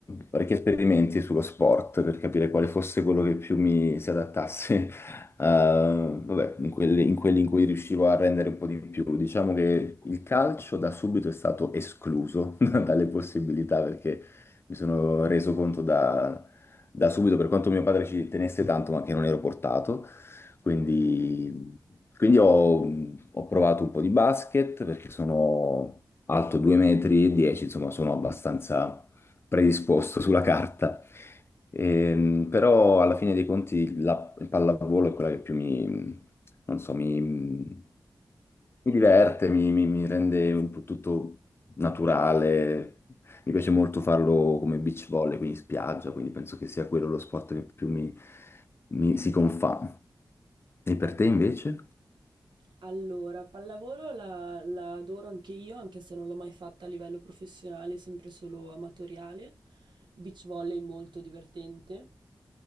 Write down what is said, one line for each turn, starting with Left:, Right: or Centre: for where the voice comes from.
Left: parecchi esperimenti sullo sport per capire quale fosse quello che più mi si adattasse, <laughs> eh, vabbè, in quelli, in quelli in cui riuscivo a rendere un po' di più. Diciamo che il calcio da subito è stato escluso <laughs> dalle possibilità perché mi sono reso conto da, da subito, per quanto mio padre ci tenesse tanto, ma che non ero portato. Quindi quindi ho, ho provato un po' di basket perché sono alto 2 metri e 10, insomma sono abbastanza predisposto sulla carta. Ehm, però alla fine dei conti la il pallavolo è quella che più mi, non so, mi, mi diverte, mi, mi- mi rende un po' tutto naturale. Mi piace molto farlo come beach volley, quindi in spiaggia, quindi penso che sia quello lo sport che più mi mi- si confà. E per te invece?
Right: Allora, pallavolo la, la adoro anche io, anche se non l'ho mai fatta a livello professionale, sempre solo amatoriale. Beach volley molto divertente.